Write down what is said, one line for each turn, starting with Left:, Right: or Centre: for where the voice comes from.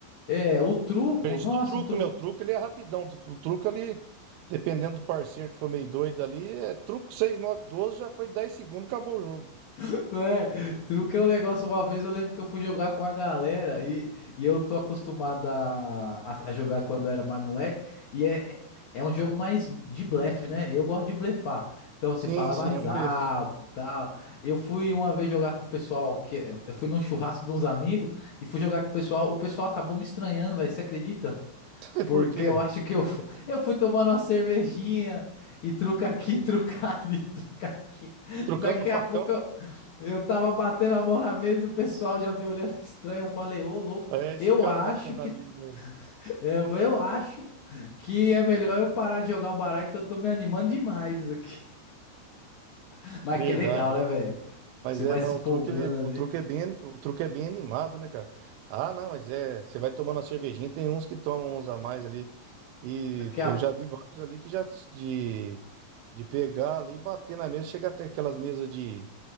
Left: é, o truco,
Right: Diferente
Left: nossa,
Right: do truco,
Left: um truco.
Right: né? O truco ele é rapidão. O o truco ali, dependendo do parceiro que for meio doido ali, é truco 6 9 12 já foi 10 segundos, acabou o jogo.
Left: <laughs> É, truque é um negócio. Uma vez eu lembro que eu fui jogar com a galera e, e eu tô acostumado a, a- a jogar quando eu era mais moleque. E é, é um jogo mais de blefe, né? Eu gosto de blefar. Então você
Right: Sim,
Left: fala
Right: sim,
Left: mais
Right: é um
Left: alto
Right: blefe.
Left: e tal. Eu fui uma vez jogar com o pessoal que eu fui num churrasco de uns amigos e fui jogar com o pessoal. O pessoal acabou me estranhando, velho. Você acredita?
Right: <laughs>
Left: Porque
Right: Por quê?
Left: eu acho que eu, fu- eu fui tomando uma cervejinha e truca aqui, truca ali, <laughs> truca aqui.
Right: Trocando
Left: Daqui
Right: no facão?
Left: a pouco eu, eu tava batendo a mão na mesa e o pessoal já me olhando <laughs> estranho. Eu falei, ô louco,
Right: É esse
Left: eu
Right: cara
Left: acho
Right: batendo
Left: que.
Right: na mesa aí.
Left: é, Eu falei, eu acho que é melhor eu parar de jogar o baralho que eu tô me animando demais aqui. <laughs> Mas
Right: Verdade.
Left: que é legal, né, velho?
Right: Mas
Left: Você
Right: é,
Left: vai
Right: não,
Left: se
Right: o
Left: empolgando
Right: truque, ele-
Left: ali.
Right: o truque é bem, o truque é bem animado, né, cara? Ah, não, mas é, você vai tomando a cervejinha, tem uns que tomam uns a mais ali. E
Left: Daqui
Right: tem-
Left: a.
Right: eu já vi vários ali que já de, de pegar ali e bater na mesa, chega até aquelas mesas de,